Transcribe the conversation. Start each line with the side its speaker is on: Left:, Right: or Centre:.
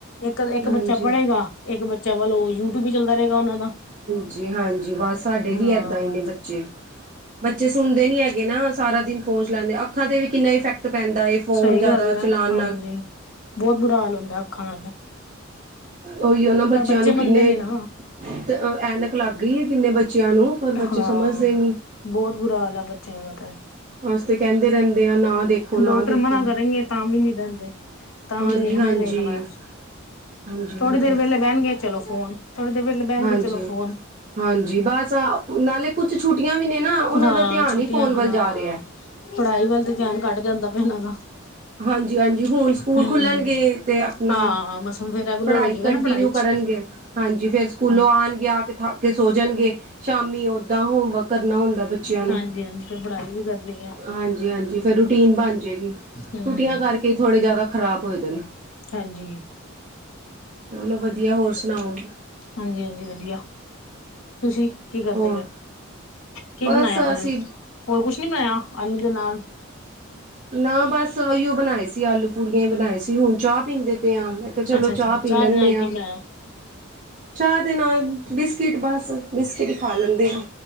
Left: ਇੱਕ, ਇੱਕ
Right: ਹਾਂਜੀ
Left: ਬੱਚਾ ਪੜ੍ਹੇਗਾ ਇੱਕ ਬੱਚਾ ਵੱਲ ਉਹ ਯੂਟਿਊਬ ਵੀ ਚੱਲਦਾ ਰਹੇਗਾ ਉਹਨਾਂ ਦਾ
Right: ਜੀ ਹਾਂਜੀ ਬਸ ਸਾਡੇ ਵੀ
Left: ਹਾਂ
Right: ਏਦਾਂ ਇੰਨੇ ਬੱਚੇ ਬੱਚੇ ਸੁਣਦੇ ਨੀ ਹੈਗੇ ਨਾ ਸਾਰਾ ਦਿਨ ਫੋਨ ਚਲਾਉਦੇ ਅੱਖਾਂ ਤੇ ਵੀ ਕਿੰਨਾ ਇਫੈਕਟ ਪੈਂਦਾ ਏ ਫੋਨ
Left: ਸਹੀ
Right: ਜ਼ਿਆਦਾ
Left: ਗੱਲ
Right: ਚਲਾਉਣ
Left: ਹੈ ਹਾਂਜੀ
Right: ਨਾਲ
Left: ਬਹੁਤ ਬੁਰਾ ਹਾਲ ਹੁੰਦਾ ਅੱਖਾਂ ਨਾਲ
Right: ਉਹੀ ਉਹਨਾਂ ਬੱਚਿਆਂ
Left: ਪਰ ਬੱਚੇ
Right: ਨੂੰ
Left: ਮੰਨਦੇ
Right: ਕਿੰਨੇ
Left: ਨੀ ਨਾ
Right: ਤੇ ਐਨਕ ਲੱਗ ਗਈ ਹੈ ਕਿੰਨੇ ਬੱਚਿਆਂ ਨੂੰ ਪਰ ਬੱਚੇ
Left: ਹਾਂ
Right: ਸਮਝਦੇ ਨੀ
Left: ਬਹੁਤ ਬੁਰਾ ਹਾਲ ਆ ਬੱਚਿਆਂ ਦਾ ਤਾਂ
Right: ਅਜ ਤੇ ਕਹਿੰਦੇ ਰਹਿੰਦੇ ਆ ਨਾ ਦੇਖੋ ਨਾ
Left: ਡਾਕਟਰ
Right: ਦੇਖੋ
Left: ਮਨਾ ਕਰੇਗੇ ਤਾਂ ਵੀ ਨਹੀਂ ਰਹਿੰਦੇ਼।
Right: ਹਾਂਜੀ
Left: ਤਾਂ ਵੀ ਦੇਖਣਾ
Right: ਹਾਂਜੀ
Left: ਹੀ ਦੇਖਣਾ
Right: ਹਾਂਜੀ
Left: ਥੋੜ੍ਹੀ
Right: ਹਾਂਜੀ
Left: ਦੇਰ ਵੇਲੇ ਬਹਿਣਗੇ। ਚਲੋ ਫੋਨ ਥੋੜੇ ਦੇਰ ਵੇਲੇ ਬਹਿਣਗੇ
Right: ਹਾਂਜੀ,
Left: ਚਲੋ ਫੋਨ
Right: ਹਾਂਜੀ ਬਸ ਨਾਲੇ ਕੁਛ ਛੁੱਟੀਆਂ ਵੀ ਨੇ ਨਾ, ਉਹਨਾਂ
Left: ਹਾਂ
Right: ਦਾ ਧਿਆਨ
Left: ਛੁੱਟੀਆਂ
Right: ਹੀ ਫੋਨ
Left: ਹਾਂ
Right: ਵੱਲ ਜਾ ਰਿਹਾ।
Left: ਪੜ੍ਹਾਈ ਵੱਲ ਤੇ ਧਿਆਨ ਘਟ ਜਾਂਦਾ ਪਇਆ ਇਹਨਾਂ ਦਾ
Right: ਹਾਂਜੀ, ਹਾਂਜੀ ਹੁਣ ਸਕੂਲ
Left: ਹਮ
Right: ਖੁੱਲਣਗੇ ਤੇ ਆਪਣਾ
Left: ਹਾਂ ਬਸ ਹੁਣ ਫਿਰ ਰੈਗੂਲਰ
Right: ਪੜ੍ਹਾਈ
Left: ਹੋ ਜਾਏਗਾ
Right: ਕੰਟੀਨਿਊ
Left: ਨਾ ਪੜ੍ਹਾਈ
Right: ਕਰਨਗੇ।
Left: ਚ
Right: ਹਾਂਜੀ ਫੇਰ ਸਕੂਲੋਂ ਆਉਣਗੇ ਆ ਕੇ ਥਕ ਕੇ ਸੋ ਜਾਣਗੇ ਸ਼ਾਮੀ ਓਦਾਂ ਹੋਮਵਰਕ ਕਰਨਾ ਹੁੰਦਾ ਬੱਚਿਆਂ ਨੇ
Left: ਹਾਂਜੀ ਫਿਰ ਪੜ੍ਹਾਈ ਵੀ ਕਰਨੀ ਹੈ
Right: ਹਾਂਜੀ, ਹਾਂਜੀ ਫਿਰ ਰੂਟੀਨ ਬਣ ਜਾਏਗੀ।
Left: ਹਮ
Right: ਛੁੱਟੀਆਂ ਕਰਕੇ ਥੋੜੇ ਜਿਆਦਾ ਖ਼ਰਾਬ ਹੋਏਦੇ ਨੇ
Left: ਹਾਂਜੀ।
Right: ਚਲੋ ਵਧੀਆ ਹੋਰ ਸੁਣਾਓ?
Left: ਹਾਂਜੀ, ਹਾਂਜੀ ਵਧੀਆ ਤੁਸੀਂ ਕੀ ਕਰਦੇ
Right: ਹੋਰ
Left: ਪਏ, ਕੀ
Right: ਬਸ
Left: ਬਣਾਇਆ ਫਿਰ,
Right: ਅਸੀਂ
Left: ਹੋਰ ਕੁਛ ਨੀ ਬਣਾਇਆ ਆਲੂ ਦੇ ਨਾਲ
Right: ਨਾ ਬਸ ਇਹੀਓ ਬਣਾਏ ਸੀ ਆਲੂ ਪੂੜੀਆਂ ਹੀ ਬਣਾਏ ਸੀ। ਹੁਣ ਚਾਹ ਪੀਂਦੇ ਪਏ ਆ ਮੈਂ ਚਲੋ
Left: ਅੱਛਾ
Right: ਚਾਹ
Left: ਅੱਛਾ
Right: ਪੀ ਲੈਂਦੇ
Left: ਦੇ ਨਾਲ
Right: ਆ।
Left: ਕੀ ਬਣਾਇਆ
Right: ਚਾਹ ਦੇ ਨਾਲ ਬਿਸਕਿਟ ਬਸ ਬਿਸਕਿਟ ਹੀ ਖਾ ਲੈਂਦੇ ਹਾਂ